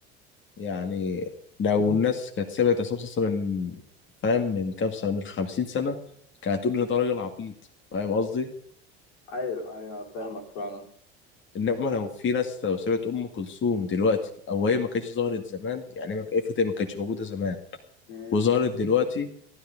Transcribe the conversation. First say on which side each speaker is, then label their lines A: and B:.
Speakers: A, on the left; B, on the left.
A: يعني لو الناس كانت سمعت عصام صاصا من فاهم من كام سنة من خمسين سنة كانت هتقول ان ده راجل عبيط فاهم قصدي
B: أيوة أيوة فاهمك فعلا
A: انما لو في ناس لو سمعت ام كلثوم دلوقتي او هي ما كانتش ظهرت زمان يعني ما كانت ما كانتش موجودة زمان
B: مم.
A: وظهرت دلوقتي